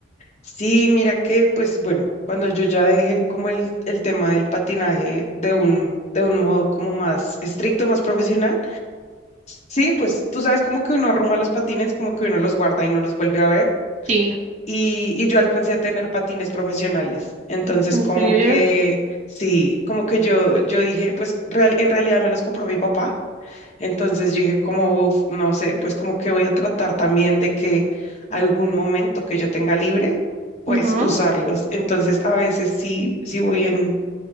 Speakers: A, on the left; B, on the right.
A: Sí, mira que, pues bueno, cuando yo ya dejé como el, el tema del patinaje de un, de un modo como más estricto, más profesional, sí, pues tú sabes como que uno arruma los patines, como que uno los guarda y no los vuelve a ver.
B: Sí,
A: Y, y yo alcancé a tener patines profesionales. Entonces,
B: ¿en
A: como
B: serio?
A: que, sí, como que yo, yo dije, pues real- en realidad me los compró mi papá. Entonces yo dije como, "Uf, no sé, pues como que voy a tratar también de que algún momento que yo tenga libre, pues
B: Ujú.
A: usarlos. Entonces a veces sí, sí voy en,